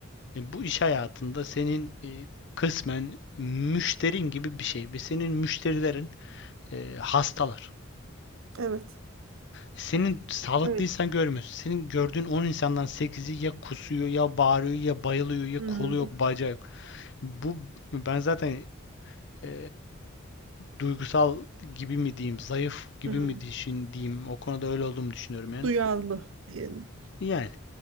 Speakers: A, on the left (about 60°); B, on the right (about 75°).
A: E, bu iş hayatında senin e, kısmen müşterin gibi bir şey ve senin müşterilerin e, hastalar.
B: Evet.
A: Senin sağlıklı
B: Öyle.
A: insan görmüyorsun. Senin gördüğün 10 insandan sekizi ya kusuyor ya bağırıyor ya bayılıyor ya
B: Hmm,
A: kolu yok bacağı yok. Bu ben zaten e, duygusal gibi mi diyeyim, zayıf gibi
B: hmm.
A: mi düşün diyeyim. O konuda öyle olduğumu düşünüyorum yani.
B: Duyarlı diyelim.
A: Yani